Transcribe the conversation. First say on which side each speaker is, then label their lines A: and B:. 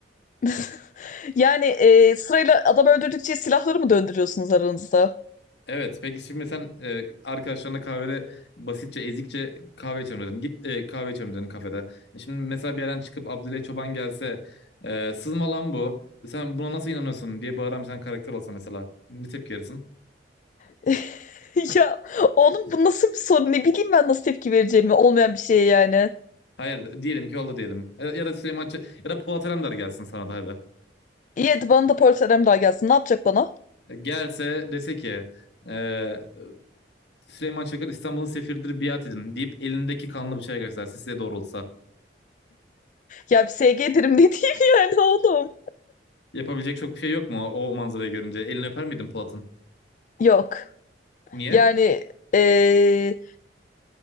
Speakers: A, on the left (about 45°); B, on the left (about 70°).
A: <laughs> Yani e, sırayla adam öldürdükçe silahları mı döndürüyorsunuz aranızda?
B: Evet peki şimdi sen e, arkadaşlarına kahvede basitçe ezikçe kahve içelim dedin. Git e, kahve içelim dedin kafede. E şimdi mesela bir yerden çıkıp Abdülay Çoban gelse e, sızma lan bu. Sen buna nasıl inanıyorsun diye bağıran bir tane karakter olsa mesela ne tepki verirsin?
A: <laughs> Ya oğlum bu nasıl bir soru? Ne bileyim ben nasıl tepki vereceğimi olmayan bir şeye yani.
B: Hayır diyelim ki oldu diyelim. Ya ya da Süleyman Ç- ya da Polat Alemdar gelsin sana da hadi.
A: İyi hadi bana da polis daha gelsin. Ne yapacak bana?
B: E, Gelse dese ki e, Süleyman Çakır İstanbul'un sefiridir biat edin deyip elindeki kanlı bıçağı gösterse size doğrultsa.
A: Ya bir SG derim ne diyeyim <laughs> yani oğlum.
B: Yapabilecek çok bir şey yok mu o manzarayı görünce? Elini öper miydin Polat'ın?
A: Yok.
B: Niye?
A: Yani eee,